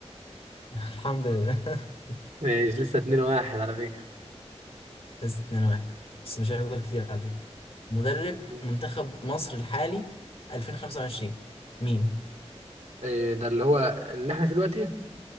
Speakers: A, on the left (about 55°); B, on the right (about 85°).
A: <laughs> الحمد لله <laughs>
B: ماشي لسه اتنين واحد على فكرة
A: لسه 2 واحد بس مش هيفضل كتير على فكرة مدرب
B: مم.
A: منتخب مصر الحالي 2025 مين
B: إيه ده اللي هو اللي احنا في دلوقتي